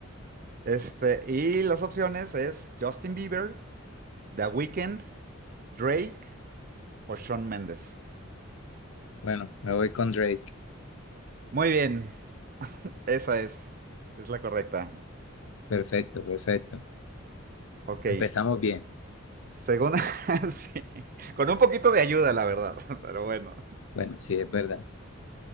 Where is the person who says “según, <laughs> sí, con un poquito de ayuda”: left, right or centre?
Right